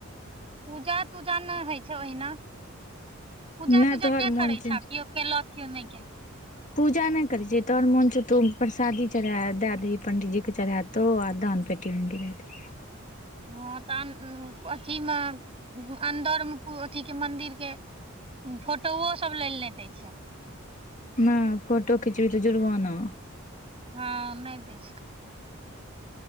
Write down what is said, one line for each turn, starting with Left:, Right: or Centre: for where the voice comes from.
Right: पूजा तूजा नहि होइ छै ओहिना पूजा
Left: नहि
Right: तूजा
Left: तोहर
Right: किया
Left: मोन
Right: करै
Left: छौ
Right: छेँ आब कियो केलक कियो नहि केलक।
Left: पूजा नहि करै छिय तोहर मोन छौ तूँ परसादी चढ़ा दए दही पण्डीजीके चढ़ाए। तो आ दान पेटी मे गिरए दही।
Right: हँ तऽ' अथीमे अन्दरमे अथीके मन्दिरके फोटोओ सब लेल नहि दय छै।
Left: ने फोटो खिचबी तऽ' जुरबाना।
Right: हँ नहि दै छै।